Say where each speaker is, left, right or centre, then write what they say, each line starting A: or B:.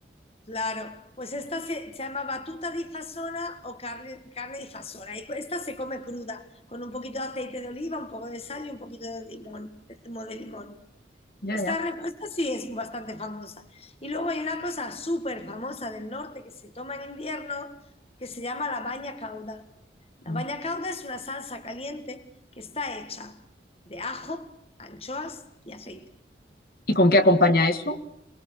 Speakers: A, on the left (about 35°); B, on the left (about 55°).
A: Claro, pues esta se, se llama batuta di fasona o carne, carne di fasona y esta se come cruda, con un poquito de aceite de oliva, un poco de sal y un poquito de limón, de zumo de limón.
B: Ya,
A: Esta
B: ya.
A: respuesta sí es bastante famosa. Y luego hay una cosa súper famosa del norte que se toma en invierno que se llama la baña cauda. La
B: Ah.
A: baña cauda es una salsa caliente que está hecha de ajo, anchoas y aceite.
B: ¿Y con qué acompaña eso?